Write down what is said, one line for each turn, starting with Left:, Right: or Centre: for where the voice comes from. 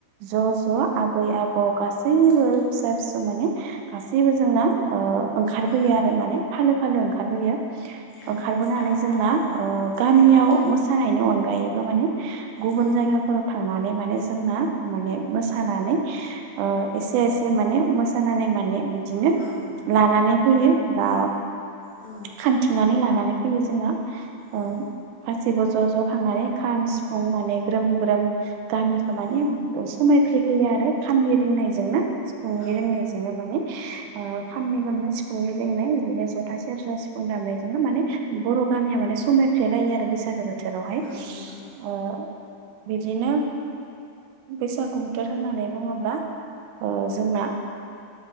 Right: ज' ज' आबै आबौ गासैबो
Left: गासै
Right: फिसा फिसौ माने गासैबो जोंना ओंखारबोयो
Left: औ
Right: आरो माने फालो फालो ओंखारबोयो।
Left: औ
Right: ओंखारबोनानै
Left: खारबोनानै
Right: जोंना गामियाव
Left: गामि
Right: मोसानायनि अनगायैबो माने गुबुन
Left: औ
Right: जायगाफोराव थां नानै माने जोंना माने मोसानानै एसे एसे माने मोसानानै माने बि बिदिनो
Left: औ
Right: लानानै फैयो बा
Left: औ
Right: खान्थिनानै लानानै फैयो जोंना ओ
Left: औ
Right: गासैबो ज' ज' थांनानै खाम सिफुं माने ग्रोम ग्रोम गामिखौ माने
Left: औ
Right: समायफ्लेहोयो आरो खामनि रिंनायजोंनो। सिफुंनि
Left: औ
Right: रिंनायजोंनो माने ओ खामनि गोमनाय सिफुंनि रिंनाय बिदिनो जथा से सेरजा सिफुं दामनायजोंनो माने बर' गामिया माने समायफ्लेलायो आरो बैसागो बोथोरावहाय
Left: औ नंगौ
Right: ओ बिदिनो बैसागु बोथोर होननानै बुङोब्ला ओ जोंना